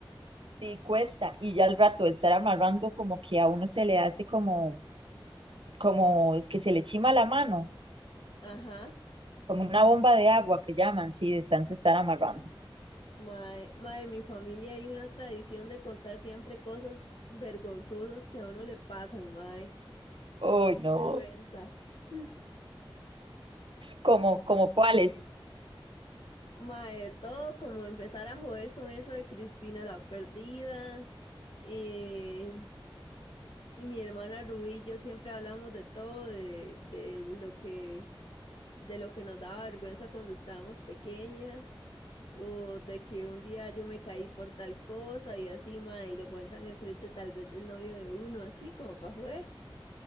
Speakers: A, on the right (about 65°); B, on the left (about 65°).
A: Sí, cuesta. Y ya al rato de estar amarrando, como que a uno se le hace como, como que se le chima la mano,
B: Ajá.
A: como una bomba de agua que llaman, sí, de tanto estar amarrando.
B: Mae, mae, en mi familia hay una tradición de contar siempre cosas vergonzosas que a uno le pasan, mae.
A: Uy, no.
B: Vergüenza. <laughs> Mm.
A: Como, como cuáles.
B: Mae, todo como empezar a joder con eso de Cristina la perdida. Eh, mi hermana Rubí y yo siempre hablamos de todo, de, de lo que de lo que nos daba vergüenza cuando estábamos pequeñas, o de que un día yo me caí por tal cosa y así, mae, y lo cuentan enfrente tal vez del novio de uno, así como para joder.